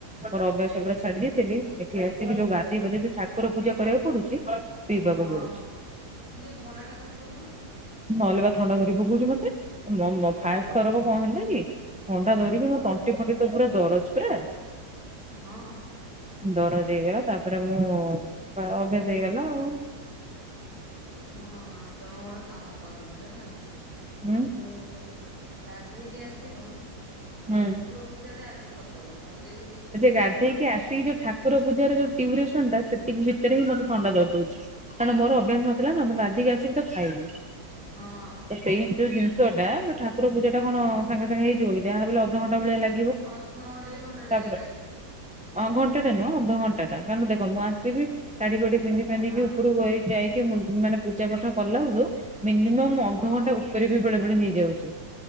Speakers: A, in the centre; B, on the right.
A: ମୋର ଅଭ୍ୟାସ ପୁରା ଛାଡି ଦେଇଥିଲି। ଏଠି ଆସିକି ଯୋଉ
B: ହଁ
A: ଗାଧେଇ ପାଧେଇ ଯୋଉ ଠାକୁର ପୂଜା କରିବାକୁ ପଡୁଚି ପିଇବାକୁ
B: ହଁ।
A: ପଡୁଚି।
B: ଏ ଯୋଉ ଥଣ୍ଡା ଟା ଧରି ପକେଇବ ନା
A: ନହେଲେ ବା ଥଣ୍ଡା ଧରି ପୋକୋଉଛି ମତେ। ମୋ ମୋ ଫାଷ୍ଟ ଥରକ କଣ ହେଲା କି? ଥଣ୍ଡା ଧରିକି
B: ହଁ
A: ମୋ ତଣ୍ଟି ଫଣ୍ଟି ସବୁ ପୁରା ଦରଜ ପରା।
B: ହଁ।
A: ଦରଜ ହେଇଗଲା ତାପରେ ମୁଁ ଅଭ୍ୟାସ ହେଇଗଲା ଆଉ।
B: ନା ନା ତମେ ଗୋଟେ କାମ କରିବ ଯାଣିଲନା।
A: ହୁଁ
B: ଯୋଉ ଗାଧେଇକି ଆସିବ
A: ହୁଁ।
B: ଠାକୁର ପୂଜା ଟା ଆଗେ କରିଦବ। କରିଦେଇକି ବିସ୍କୁଟ
A: ଯେ
B: ଫିସ୍କୁଟ
A: ଗାଧେଇକି
B: ଧୀରେ ଧୀରେ
A: ଆସିକି ଯୋଉ ଠାକୁର ପୂଜାର ଯୋଉ ଟିଉରେସନ ଟା। ସେ ଭିତରେ ହିଁ ମତେ ଥଣ୍ଡା ଧରିଦଉଛି। କାରଣ ମୋର ଅଭ୍ୟାସ ନଥିଲା ନା। ମୁଁ ଗାଧେଇକି ଆସିବି ତ ଖାଇବି।
B: ହଁ।
A: ତ ସେଇ ଯୋଉ ଜିନିଷଟା ଠାକୁର ପୂଜା ଟା କଣ ସାଙ୍ଗେ ସାଙ୍ଗେ ହେଇଯିବ କି? ଯାହାବି ହେଲେ ଅଧଘଣ୍ଟା ଭଳିଆ ଲାଗି
B: ଅଧ ଘଣ୍ଟାଏ କି ଘଣ୍ଟା ଟେ ଲା
A: ଅ ଘଣ୍ଟା ଟେ ନୁହଁ ଅଧଘଣ୍ଟା ଟା କାରଣ ଦେଖ ମୁଁ ଆସିବି। ଶାଢ଼ୀ ଫାଢୀ ପିନ୍ଧି ଫାନ୍ଧିକି
B: ହଁ
A: ଉପରୁକୁ ଯାଇକି ମାନେ ପୂଜା ପାଠ କଲା ବେଳୁ। ମିନିମମ୍ ଅଧଘଣ୍ଟା
B: ହଁ
A: ଉପରେ ବି ବେଳେ ପୁଣି ହେଯାଉଚୁ।